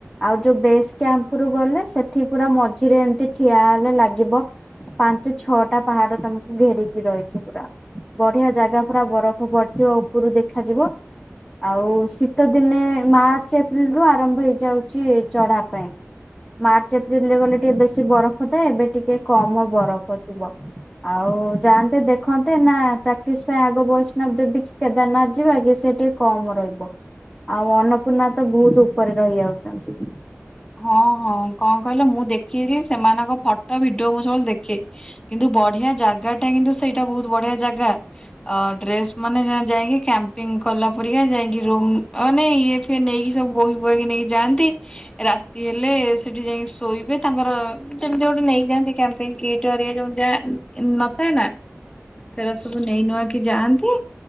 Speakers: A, in the centre; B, on the left.
A: ଆଉ ଯଉ ବେସ୍ କ୍ୟାମ୍ପ୍ ରୁ ଗଲେ ସେଠି ପୁରା ମଝିରେ ଏମତି ଠିଆ ହେଲେ ଲାଗିବ ପାଞ୍ଚ ଛଅଟା ପାହାଡ ତମକୁ ଘେରିକି ରହିଚି ପୁରା। ବଢିଆ ଜାଗା ପୁରା ବରଫ ପଡିଥିବ ଉପରୁ ଦେଖାଯିବ। ଆଉ ଶୀତଦିନେ ମାର୍ଚ୍ଚ ଏପ୍ରିଲ ରୁ ଆରମ୍ଭ ହେଇଯାଉଚି ଚଢା ପାଇଁ। ମାର୍ଚ୍ଚ ଏପ୍ରିଲରେ ଗଲେ ଟିକେ ବେଶୀ ବରଫ ଥାଏ ଏବେ ଟିକେ କମ ବରଫ ଥିବ। ଆଉ ଯାଆନ୍ତେ ଦେଖନ୍ତେ ନା ପ୍ରାକ୍ଟିସ ପାଇଁ ଆଗ ବୈଷ୍ଣବ ଦେବୀ କି କେଦାରନାଥ୍ ଯିବା କି ସେଠି କମ ରହିବ ଆଉ ଅନ୍ନପୂର୍ଣ୍ଣା ତ ବହୁତୁ ଉପରେ ରହିଯାଉଚନ୍ତି।
B: ହଁ- ହଁ କଣ କହିଲ ମୁଁ ଦେଖିଲି ସେମାନଙ୍କ ଫଟୋ ଭିଡିଓ ମୁଁ ସବୁବେଳେ ଦେଖେ। କିନ୍ତୁ ବଢିଆ ଜାଗାଟା କିନ୍ତୁ ସେଇଟା ବହୁତ୍ ବଢିଆ ଜାଗା। ଅ -ଡ୍ରେସ୍ ମାନେ ଯାଇଁକି କ୍ୟାମ୍ପିଙ୍ଗ୍ କଲା ପରିକା ଯାଇକି ରୁମ୍ ମାନେ ଇଏ ସିଏ ନେଇକି ସବୁ ବୋହି ବୁହାକି ନେଇକି ଯାଆନ୍ତି ରାତି ହେଲେ ସେଠି ଯାଇଁକି ଶୋଇବେ ତାଙ୍କର ଯେମିତି ଗୋଟେ ନେଇଯାଆନ୍ତି କ୍ୟାମ୍ପିଙ୍ଗ୍ କିଟ୍ ହେରିକା ଯଉ ଯା -ନଥାଏ ନା। ସେରା ସବୁ ନେଇନୁଆ କିି ଯାଆନ୍ତି।